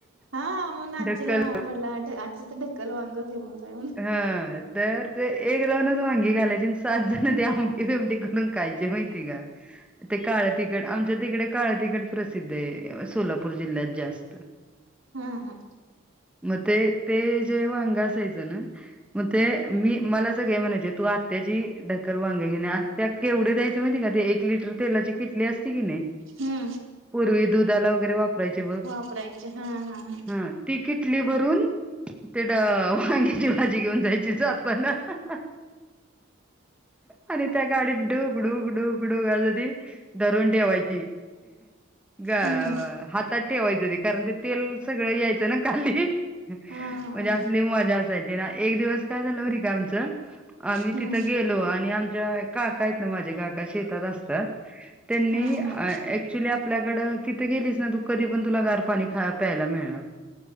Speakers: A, on the right; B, in the centre.
A: हा म्हणून आजीला
B: ढकल
A: नाव पडलं आजी तर ढक्कल वांग फेमस आहे म्हणून.
B: हा तर ते एक जाऊ वांगी घालायची सात जण ते आमटे फेमटे करून खयचे माहिती का ते काळ तिकड आमच्या तिकडे काळ तिकट प्रसिद्ध आहे सोलापूर जिल्ह्यात जास्त.
A: हम्म हम्म.
B: मग ते ते जेव्हा अंग असायचं ना मग ते मी मला असं का म्हणायच त आत्याची ढकल वांगे घेणे आत्या केवढी द्याय चा माहिती आहे का ते एक लिटरची तेलाची केटली असती की नी
A: हम्म
B: पुर्वी दुधाला वगैरे वाप रायचे बघ
A: वापरायचे हा हा हा
B: हम्म ती किटली भरून तेढं वांग्याची भाजी घेऊन जायचीच जात पणं आणि त्या गाडीत डू डूकडुकडूक असं ती धरून ठेवायची. गाव
A: हम्म.
B: हातात ठेवायचं रे कारण ते तेल सगळं यायचं ना खाली म्हणजे
A: हा हा
B: असली
A: हा
B: मजा असायची ना एक दिवस काय झालं हो रे का आमचं आम्ही
A: हम्म
B: तिथं गेलो आणि आ चाय काका आहे न माझ्या काका शेतात असतात त्यांनी
A: हा
B: अय
A: हा
B: एक्च्युली आपल्याकडे तिथं गेलीच ना तू कधी पण तुला गार पाणी खा प्यायला मिळणार.